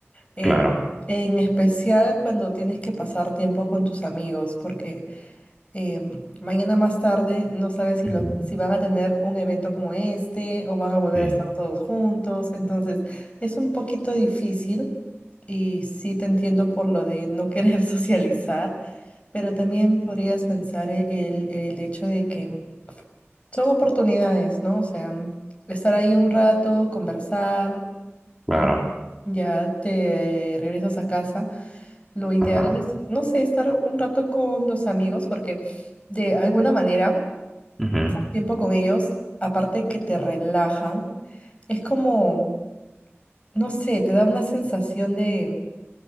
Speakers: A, on the left; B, in the centre.
A: Eh,
B: claro.
A: en especial cuando tienes que pasar tiempo con tus amigos, porque eh, mañana más tarde, no sabes si,
B: Ujú,
A: lo, si van a tener un evento como este o van a volver
B: Sí.
A: a estar todos juntos. Entonces, es un poquito difícil y sí te entiendo por lo de no querer <laughs> socializar, pero también podrías pensar e- el, el hecho de que son oportunidades, ¿no? O sea, estar ahí un rato, conversar
B: Claro.
A: y ya te regresas a casa. Lo ideal
B: Ajá.
A: es, no sé, estar un rato con los amigos porque de alguna manera,
B: Ujú.
A: tiempo con ellos, aparte que te relajan, es como, no sé, te da una sensación de,